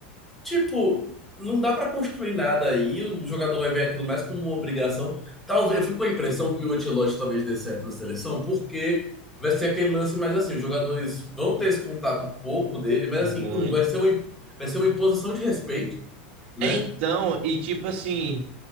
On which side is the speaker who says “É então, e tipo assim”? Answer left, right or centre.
Right